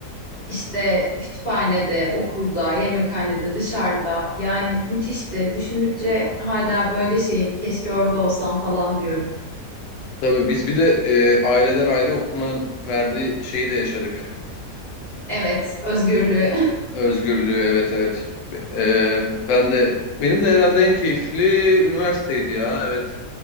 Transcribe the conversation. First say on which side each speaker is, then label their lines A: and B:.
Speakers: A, on the left; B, on the left.
A: İşte kütüphanede, okulda, yemekhanede, dışarıda. Yani müthişti. Düşündükçe hala böyle şeyim. Keşke orada olsam falan diyorum.
B: Tabii biz bir de e, aileden ayrı okumanın verdiği şeyi de yaşadık.
A: Evet, özgürlüğü. <laughs>
B: Özgürlüğü evet evet. E, ben de benim de herhalde en keyifli üniversiteydi ya. Evet.